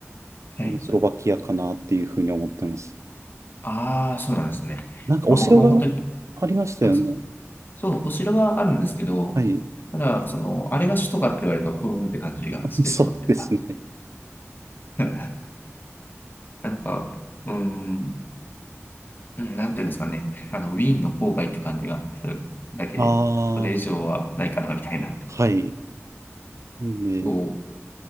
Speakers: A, on the left; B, on the right.
A: はい。
B: あの、スロバキアかなっていうふうに思ってます。
A: ああ、そうなんですね。
B: なんか、お城がありましたよね。
A: まあ、僕も本当に、あ、そう、そうお城はあるんですけど、
B: はい。
A: ただ、その、あれが首都かって言われると、ふーんって感じがしてしまうというか、
B: そうですね。
A: <laughs> なんか、うーん、うんなんていうんですかね、あの、ウィーンの郊外って感じがするだけで、
B: あ
A: それ以上はないかな、
B: あ、
A: みたいな。
B: はい。んで、
A: こう